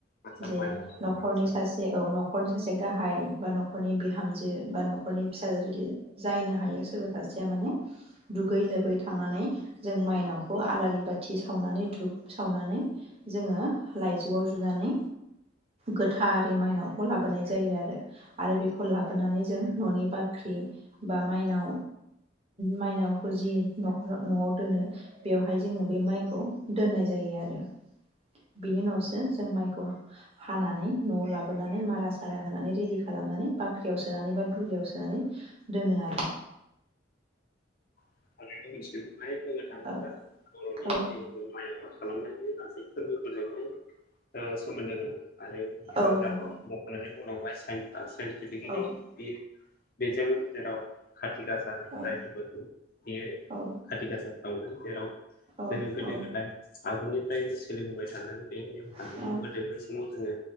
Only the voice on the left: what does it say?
आदसा
माइ आदसा
<unintelligible> जोंहाय बुंनो थाङोब्ला
बर'नि
जिहेथु माइनाव खालामनाय बे गासै फोरबोफोरजोंनो सोमोन्दो गोनां। आरो नोंङा
जा <unintelligible> बुंनांबाय <unintelligible> साइन्टिफकेलि
बे बेजों जेराव <unintelligible> खाथिगासा होनो
जाय फोरबोखौ। बे
खाथि गासा सावनो जेराव
जोङो गोदो
गोदाय आगुनि <unintelligible> सोलिबोबाय थानाय बे नेमखान्थिखौ
गोदो बै समाव जोङो